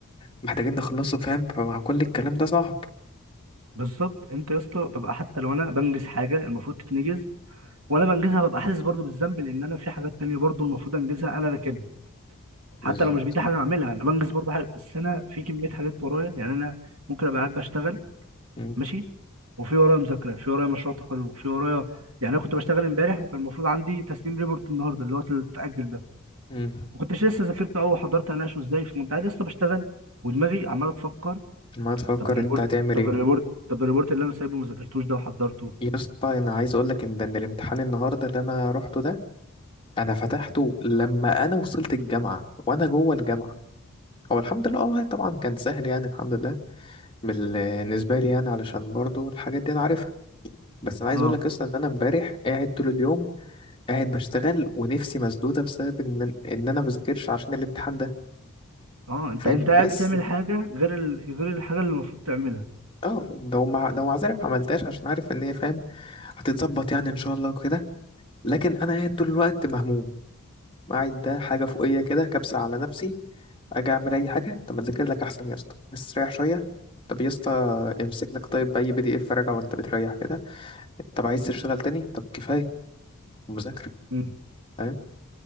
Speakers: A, on the left; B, on the right.
A: محتاجين نخلصه فاهم فمع كل الكلام ده صعب
B: بالظبط انت يا اسطى ببقى حتى لو انا بنجز حاجه المفروض تتنجز وانا بنجزها ببقى حاسس برضو بالذنب لان انا في حاجات تانية برضو المفروض انجزها انا راكنها حتى
A: بالظبط
B: لو مش بايدي حاجه اعملها انا بنجز برضو حاجه بس انا في كميه حاجات ورايا يعني انا ممكن ابقى قاعد بشتغل
A: مم.
B: ماشي وفي ورايا مذاكره في ورايا مشروع تخرج في ورايا يعني انا كنت بشتغل امبارح وكان المفروض عندي تسليم ريبورت النهارده اللي هو اتاجل ده
A: مم.
B: ما كنتش لسه ذاكرته او حضرت هناقشه ازاي فكنت قاعد لسه بشتغل ودماغي عماله تفكر
A: ما تفكر
B: طب الريبورت
A: انت هتعمل
B: طب
A: ايه
B: الريبورت طب الريبورت اللي انا سايبه ما ذاكرتوش ده وحضرته
A: يا اسطى انا عايز اقول لك ان ده- ان الامتحان النهارده اللي انا روحته ده انا فتحته لما انا وصلت الجامعه وانا جوه الجامعه هو الحمد لله اه طبعا كان سهل يعني الحمد لله بالنسبه لي يعني علشان برضو الحاجات دي انا عارفها بس انا عايز
B: اه
A: اقول لك اصلا ان انا امبارح قاعد طول اليوم قاعد بشتغل ونفسي مسدوده بسبب ان ان انا بذاكرش عشان الامتحان ده
B: اه انت
A: فاهم
B: انت قاعد
A: بس
B: بتعمل حاجه غير ال... غير الحاجه اللي المفروض تعملها
A: اه لو مع لو مع ذلك ما عملتهاش عشان عارف ان هي فاهم هتتظبط يعني ان شاء الله كده لكن انا قاعد طول الوقت مهموم قاعد ده حاجه فوقيه كده كبسه على نفسي اجي اعمل اي حاجه طب ما اذاكر لك احسن يا اسطى بس ريح شويه طب يا اسطى امسك لك طيب اي بي دي اف راجع وانت بتريح كده طب عايز تشتغل تاني طب كفايه مذاكره
B: مم.
A: فاهم